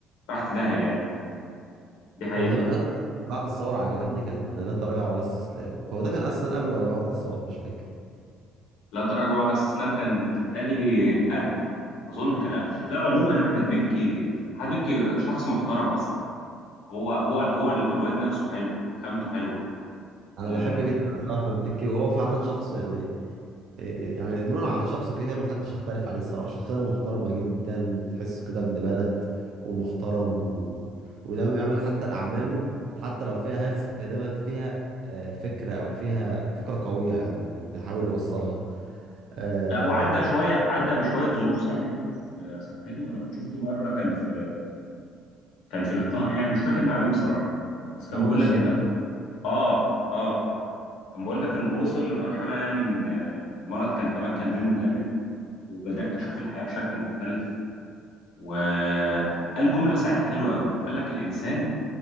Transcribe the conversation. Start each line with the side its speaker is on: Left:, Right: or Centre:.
Left: راحت داهية يعني دي حقيقة
Right: هو دايما اكتر فيلم بعد الثوره عجبني كان لا تراجع ولا استسلام هو ده كان اصلا قبله ولا بعد الثوره مش فاكر
Left: لا تراجع ولا استسلام كان متهيألي قبل أظن كان قبل لا عموما أحمد مكي أحمد مكي شخص محترم أصلا هو هو هو ال- الواد نفسه حلو خامته حلوة
Right: انا
Left: آه
Right: بحب جدا أفلام احمد مكي وهو فعلا شخص يعني إيه يعني دون عن شخصه كده كده محدش يختلف عليه الصراحه شخصيه محترمه جدا وتحسه كده ابن بلد ومحترم و... ودايما بيعمل حتى الاعماله حتى لو فيها هلس فهي دايما فيها آه، فكره او فيها فكره قويه يعني بيحاول يوصلها آه،
Left: لا وعدى شوية عدى بشوية ظروف صعبين قوي في صحته أنا كنت شفته مرة كان في كان في لقاء يعني مش فاكر مع مين بصراحة بس كان
Right: منى
Left: بيقول
Right: الشاذلي
Left: لك إن اه اه كان بقول لك انه وصل لمرحلة يعني ان المرض كان تمكن منه جامد وبدأت اشوف الحياة بشكل مختلف وقال جملة ساعتها حلوة قوي قال لك الانسان